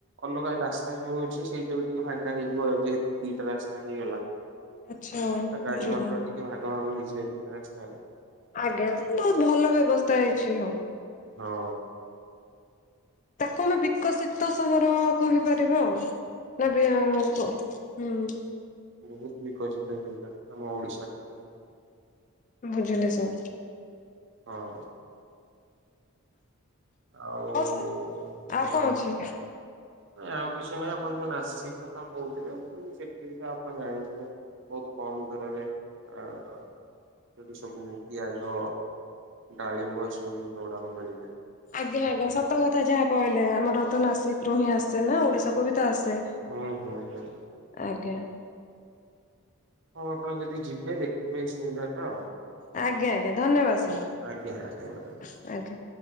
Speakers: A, on the right; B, on the left.
A: ଅଲଗା ରାସ୍ତା ଯୋଉ ଅଛି ସେଇଟା ବି ଟିକେ ଫାଙ୍କା ହେଇଯିବ ଯେହେତୁ ଦିଟା ରାସ୍ତା ହେଇଗଲା।
B: ଆଚ୍ଛା
A: ଗାଡି
B: ବୁଝିଲି
A: ମଟର ଟିକେ ଭାଗ ଭାଗ ହେଇଯିବେ ଦିଟା ରାସ୍ତାରେ।
B: ଆଜ୍ଞା, ବହୁତ ଭଲ ବ୍ୟବସ୍ଥା ହେଇଛି ହଉ।
A: ହଁ।
B: ତାକୁ ଆମେ ବିକଶିତ ସହର କହିପାରିବା ଆଉ। ନା ବିି ହଁ କ ହୁଁ।
A: ବହୁତ ବିକଶିତ ହେଇଥାଏ ଆମ ଓଡିଶାରେ।
B: ବୁଝିଲି ସାର୍।
A: ହଁ। ଆଉ,
B: ହଉ ସାର୍ ଆଉ
A: ହଁ।
B: କଣ ଅଛି
A: ନାଇଁ ଆଉ କିଛି ନାହିଁ ଆପଣ ଯୋଉ ନାସିକ କଥା କହୁଥିଲେ ମୁଁ ସେଠି ବି ତ ଆପଣ ଜାଣିଥିବେ। ବହୁତ କମ ଦରରେ ଆ ସେଠି ସବୁ ପିଆଜ ଡାଳିମ୍ବ ଏ ସବୁ ଜିନିଷ ଗୁଡାକ ମିଳିଯାଏ।
B: ଆଜ୍ଞା, ଆଜ୍ଞା ସତ କଥା ଯାହା କହିଲେ ଆମର ତ ନାସିକ ରୁ ହିଁ ଆସେ ନା ଓଡିଶାକୁ ବି ତ ଆସେ
A: ହୁଁ ହୁଁ ହୁଁ
B: ଆଜ୍ଞା
A: ହଉ ଆପଣ ଯଦି ଯିବେ ଦେଖିବେ ଏଇ ସୁବିଧା ଟା ଆଉ
B: ଆଜ୍ଞା, ଆଜ୍ଞା, ଧନ୍ୟବାଦ ସାର୍।
A: ଆଜ୍ଞା ଆଜ୍ଞା ମ୍ୟାଡ଼ାମ।
B: ଆଜ୍ଞା।